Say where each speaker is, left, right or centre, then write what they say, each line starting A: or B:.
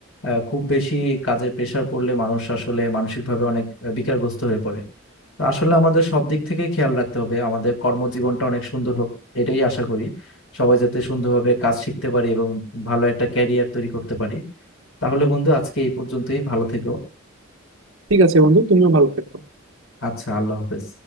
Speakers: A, on the left; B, on the right.
A: আহ, খুব বেশি কাজের প্রেশার পড়লে মানুষ আসলে মানসিকভাবে অনেক আহ, বিকারগ্রস্ত হয়ে পড়ে তো আসলে আমাদের সব দিক থেকে খেয়াল রাখতে হবে আমাদের কর্মজীবনটা অনেক সুন্দর হোক এটাই আশা করি সবাই যাতে সুন্দরভাবে কাজ শিখতে পারি এবং ভালো একটা ক্যারিয়ার তৈরি করতে পারি তাহলে বন্ধু আজকে এই পর্যন্তই ভালো থেকো
B: ঠিক আছে বন্ধু তুমিও ভালো থেকো
A: আচ্ছা আল্লাহ হাফেজ